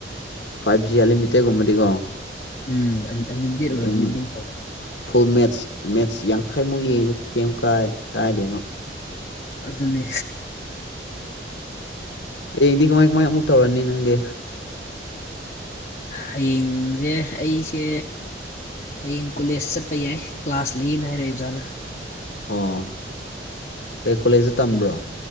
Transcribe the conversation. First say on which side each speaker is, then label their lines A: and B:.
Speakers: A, on the left; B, on the left.
A: ꯐꯥꯏꯚ ꯖꯤ ꯑꯟꯂꯤꯃꯤꯠꯇꯦꯠ ꯒꯨꯝꯕꯗꯤꯀꯣ
B: ꯎꯝ ꯑꯟꯂꯤꯃꯤꯇꯦꯠ
A: ꯑꯗꯨꯝ
B: ꯑꯣꯏꯔꯗꯤ ꯐꯕ
A: ꯐꯨꯜ ꯃꯦꯠꯁ ꯃꯦꯠꯁ ꯌꯥꯡꯈꯩꯃꯨꯛ ꯌꯦꯡꯉꯁꯨ ꯀꯩꯝ ꯀꯥꯏ ꯀꯥꯏꯗꯦꯉꯣ
B: ꯑꯗꯨꯅꯦ
A: ꯍꯌꯦꯡꯗꯤ ꯃꯣꯏ ꯃꯣꯏ ꯑꯃꯨꯛ ꯇꯧꯔꯅꯤ ꯅꯪꯗꯤ
B: ꯍꯌꯦꯡꯁꯦ ꯑꯩꯁꯦ ꯍꯌꯦꯡ ꯀꯣꯂꯦꯖ ꯆꯠꯄ ꯌꯥꯏ ꯀ꯭ꯂꯥꯁ ꯂꯩꯌꯦꯅ ꯍꯥꯏꯔꯛꯑꯦ ꯑꯣꯖꯥꯅ
A: ꯑꯣ ꯀꯩ ꯀꯣꯂꯦꯖꯇ ꯇꯝꯕ꯭ꯔꯣ